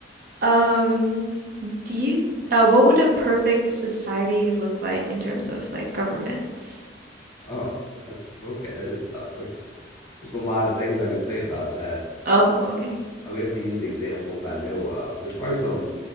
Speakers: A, on the right (about 55°); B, on the left (about 15°).
A: Um, do you, uh, what would a perfect society look like in terms of like governments?
B: Oh, that, okay, that is tough. That's there's a lot of things I could say about that.
A: Oh, okay.
B: I mean, have to use the examples I know of. There's probably some